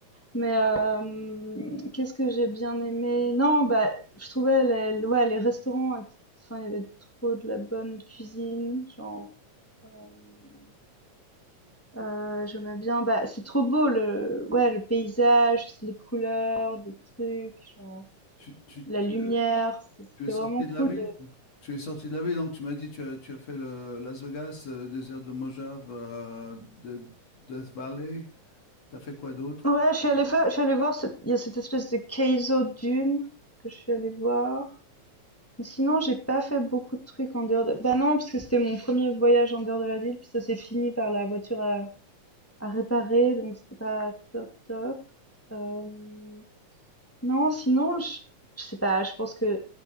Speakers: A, in the centre; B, on the left.
A: mais hem, qu'est-ce que j'ai bien aimé? Non, bah, je trouvais les ouais, les restaurants int enfin, il y avait trop de la bonne cuisine, genre, hem, heu, j'aimais bien, bah, c'est trop beau le ouais, le paysage, les couleurs, des trucs, genre
B: tu, tu-
A: la
B: tu-
A: lumière, c c'était
B: tu es sorti
A: vraiment cool
B: de la ville, donc, tu es sorti de la ville, donc tu m'as dit tu as, tu as fait le Las Vegas, euh, le désert de Mojave, euh, de, Death Valley. T'as fait quoi d'autre?
A: Ouais, je suis allée fa je suis allée voir cette il y a cette espèce de Keizo Dune que je suis allée voir. Mais sinon, j'ai pas fait beaucoup de trucs en dehors de bah non, parce que c'était mon premier voyage en dehors de la ville, puis ça s'est fini par la voiture à à réparer, donc c'était pas top top. Hem non, sinon, je, je sais pas, je pense que